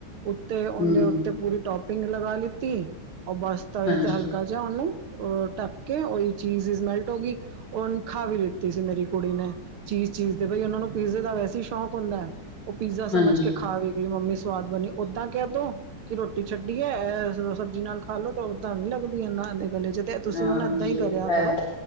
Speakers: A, on the right; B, on the left.
A: ਉੱਤੇ ਉਨੇ
B: ਹੂੰ
A: ਉੱਤੇ ਪੂਰੀ ਟੋਪਿੰਗ ਲਗਾ ਲਿੱਤੀ ਓ ਬਸ ਤਵੇ
B: ਹਾਂਜੀ,
A: ਤੇ ਹਲਕ ਉਹਨੂੰ ਅਹ ਢੱਕ ਕੇ ਉਹੀ ਚੀਜ਼ ਇਜ਼ ਮੈਲਟ ਹੋ ਗਈ। ਉਨੇ ਖਾ ਵੀ ਲਿੱਤੀ ਸੀ ਮੇਰੀ ਕੁੜੀ ਨੇ। ਚੀਜ਼-ਚੀਜ਼ ਦੇ ਬਈ ਉਨਾਂ ਨੂੰ ਪੀਜ਼ੇ ਦਾ ਵੈਸੇ ਈ ਸ਼ੌਕ ਹੁੰਦਾ। ਓ ਪੀਜ਼ਾ
B: ਹਾਂਜੀ।
A: ਸਮਝ ਕੇ ਖਾ ਵੀ ਗਈ ਮੰਮੀ ਸਵਾਦ ਬਣੀ। ਓਦਾਂ ਕੈਂਦਾ ਕਿ ਰੋਟੀ ਛੱਡੀ ਐ-ਐ ਸਬਜ਼ੀ ਨਾਲ ਖਾ ਲੋ ਤਾਂ ਉਦਾਂ ਨੀ ਲੱਗਦ ਈਆਂ ਨ ਦੇ ਗਲੇ 'ਚ ਤੇ ਤੁਸੀਂ
B: ਹਾਂਜੀ
A: ਹੁਣ ਏਦਾਂ ਹੀ ਕਰਿਆ
B: ਹੈ।
A: ਕਰੋ